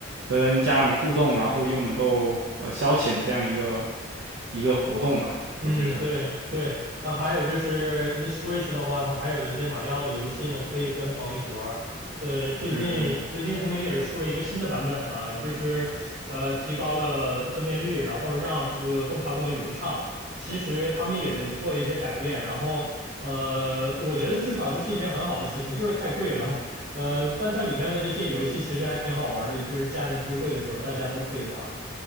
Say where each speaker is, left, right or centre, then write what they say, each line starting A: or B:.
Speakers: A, on the right; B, on the right.
A: 跟家人互动，然后又能够呃消遣这样一个一个活动吧，
B: 嗯，
A: 我觉得。
B: 对对，它还有就是嗯 Switch 的话，它还有一些马里奥的游戏呢，可以跟朋友一起玩儿。呃，最近最近他们也出了一个新的版本啊，
A: 是是是，
B: 就是呃提高了分辨率，然后让这个动画更为流畅。其实他们也做一些改变，然后呃，我觉得至少这是一件很好的事情，就是太贵了。呃，但它里面的那些游戏其实还挺好玩儿的，就是家庭聚会的时候大家都可以玩。